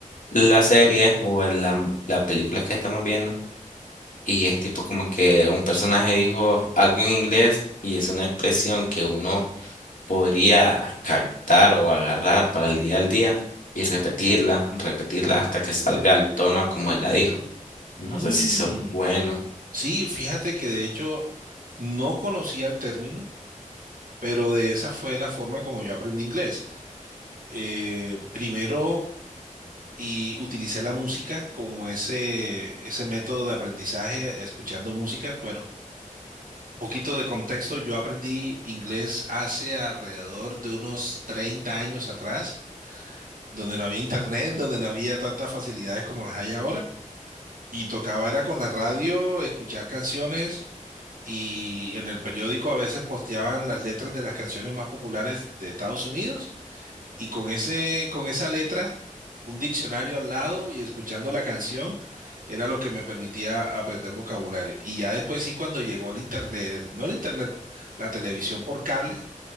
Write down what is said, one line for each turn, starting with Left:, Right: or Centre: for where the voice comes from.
Left: la serie o el- la, la película que estamos viendo Y es tipo como que un personaje dijo algo en inglés y es una expresión que uno podría captar o agarrar para el día al día y repetirla, repetirla hasta que salga el tono a como él la dijo. No
Right: Mm.
Left: sé si eso es bueno.
Right: Sí, fíjate que de hecho no conocía el término, pero de esa fue la forma como yo aprendí inglés. Eh, primero, y utilicé la música como ese, ese método de aprendizaje, escuchando música. Bueno, un poquito de contexto, yo aprendí inglés hace alrededor de unos 30 años atrás, donde no había internet, donde no había tantas facilidades como las hay ahora, y tocaba era con la radio, escuchar canciones y en el periódico a veces posteaban las letras de las canciones más populares de Estados Unidos y con ese, con esa letra, un diccionario al lado y escuchando la canción era lo que me permitía aprender vocabulario. Y ya después sí, cuando llegó el internet, el- no el internet, la televisión por cable,